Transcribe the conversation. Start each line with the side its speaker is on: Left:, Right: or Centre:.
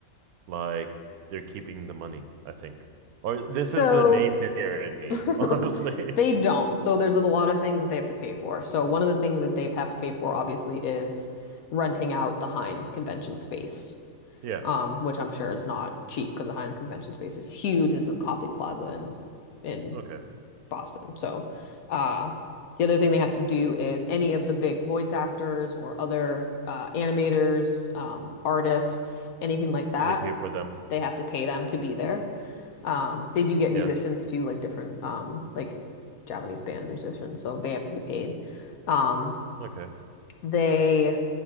Right: like, they're keeping the money, I think. Or this is
Left: So
Right: the naysayer in me,
Left: <laughs>
Right: <laughs> honestly.
Left: they don't. So there's a lot of things that they have to pay for. So one of the things that they have to pay for obviously is renting out the Heinz convention space.
Right: Yeah.
Left: um, which I'm sure is not cheap because the Heinz Convention Space is huge and it's in Copley Plaza in in
Right: Okay.
Left: Boston. So, uh, the other thing they have to do is any of the big voice actors or other uh, animators, um, artists, anything like that,
Right: They pay for them.
Left: they have to pay them to be there. Um, they do get
Right: Yeah.
Left: musicians too, like different um, like Japanese band musicians, so they have to be paid. Um,
Right: Okay.
Left: they